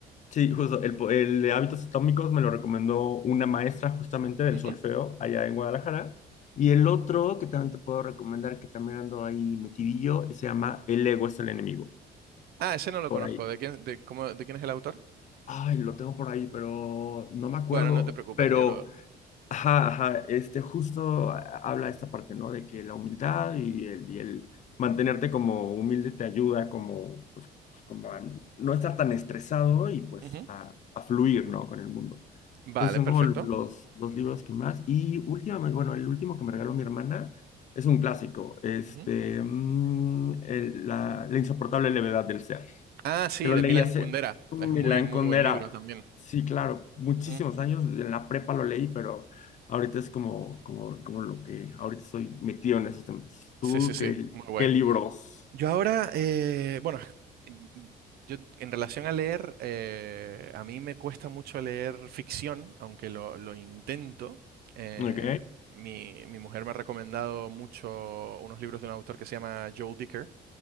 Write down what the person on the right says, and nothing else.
Ujú.
Ah, ese no lo
conozco.
¿De quién, de, cómo, de quién es el autor?
Bueno, no te preocupes,
yo lo...
Ujú,
Vale,
perfecto.
ujú.
Ah, sí,
de
Milan
Kundera.
Es muy, muy
buen libro también.
Ujú.
Sí, sí, sí,
muy guay.
Yo ahora, eh, bueno, en- yo en relación a leer, eh, a mí me cuesta mucho leer ficción, aunque lo, lo intento. Eh,
mi, mi mujer me ha recomendado mucho unos libros de un autor que se llama Joel Dicker.